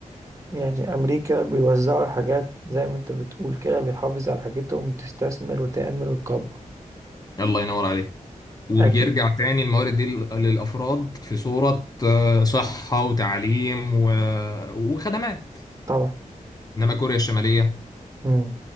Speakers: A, on the right (about 25°); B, on the left (about 25°).
A: يعني أمريكا بيوزعوا الحاجات زي ما أنت بتقول كده بيحافظ على حاجتهم تستثمر وتعمل وتكبر
B: الله ينور عليك وبيرجع
A: أكيد
B: تاني الموارد دي لل- للأفراد في صورة آه، صحة وتعليم و... وخدمات
A: طبعا
B: إنما كوريا الشمالية
A: مم.